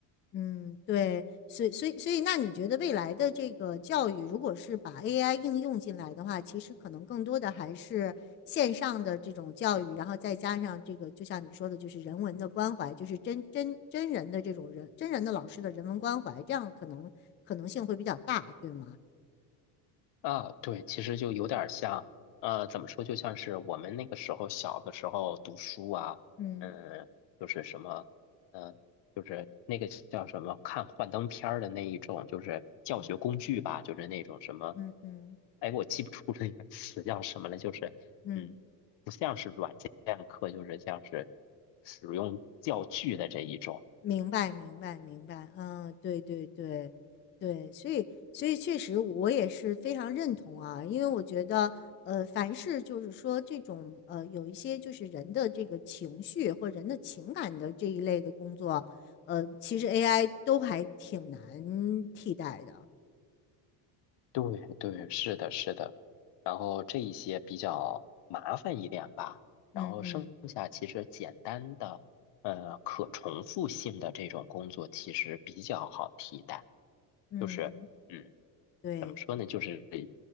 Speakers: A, on the left; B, on the left.
A: 嗯，对，所以所以所以，那你觉得未来的这个教育，如果是把 AI 应用进来的话，其实可能更多的还是线上的这种教育，然后再加上这个，就像你说的，就是人文的关怀，就是真真真人的这种人，真人的老师的人文关怀，这样可能可能性会比较大，对吗？
B: 啊，对，其实就有点儿像，呃，怎么说，就像是我们那个时候小的时候读书啊，
A: 嗯
B: 嗯，就是什么，嗯，就是那个叫什么，看幻灯片儿的那一种，就是教学工具吧，
A: 嗯
B: 就是那种什么，
A: 嗯嗯
B: 哎，我记不住那个词叫什么了，就是，
A: 嗯。
B: 嗯，不像是软件课，就是像是使用教具的这一种。
A: 明白，明白，明白。嗯，对对对对，所以所以确实我也是非常认同啊，因为我觉得呃，凡是就是说这种呃，有一些就是人的这个情绪或人的情感的这一类的工作，呃，其实 AI 都还挺难替代的。
B: 对对，是的，是的。然后这一些比较麻烦一点吧，
A: 嗯嗯
B: 然后剩下其实简单的，呃，可重复性的这种工作其实比较好替代。
A: 嗯，
B: 就是，嗯，
A: 对，
B: 怎么说呢？就是